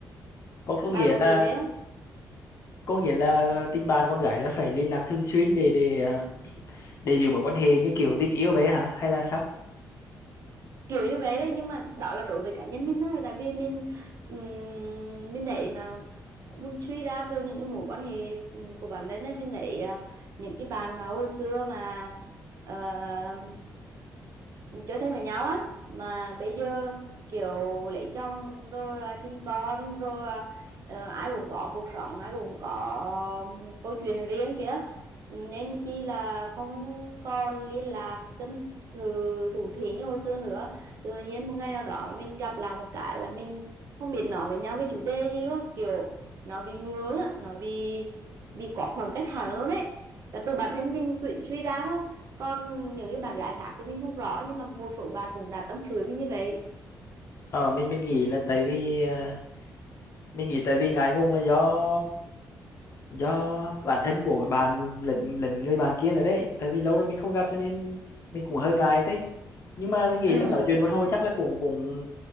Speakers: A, on the left; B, on the right.
A: Có có
B: bà
A: nghĩa
B: có nghĩ
A: là
B: vậy không
A: có nghĩa là tình bạn con gái là phải liên lạc thường xuyên để để ờ, để giữ mối quan hệ như kiểu tình yêu vậy hả hay là sao
B: kiểu như vậy đấy nhưng mà đó là đối với cá nhân mình thôi tại vì mình ừm, mình thấy mà mình suy ra từ những cái mối quan hệ ừm, của bản thân ấy mình thấy à, những cái bạn mà hồi xưa mà uh, chơi thân với nhau á mà bây giờ kiểu lấy chồng rồi à, sinh con rồi à, ờ, ai cũng có cuộc sống ai cũng có câu chuyện riêng kìa nên chi là không còn liên lạc tâm thư thủ thỉ như hồi xưa nữa tự nhiên một ngày nào đó mình gặp lại một cái là mình không biết nói với nhau về chủ đề gì luôn kiểu nó bị ngướng á nó bị bị quá khoảng cách hẳn luôn đấy là từ bản thân mình quy- suy ra thôi còn những cái bạn gái khác thì mình không rõ nhưng mà một số bạn cũng đã tâm sự với mình như vậy
A: ờ mình mình nghĩ là tại vì ờ, mình nghĩ tại vì ngại ngùng là do do bản thân của bạn lẫn lẫn người bạn kia nữa đấy tại vì lâu rồi mình không gặp cho nên mình cũng hơi ngại đấy nhưng mà mình nghĩ
B: ừ
A: là nói chuyện một hồi chắc là cũng cũng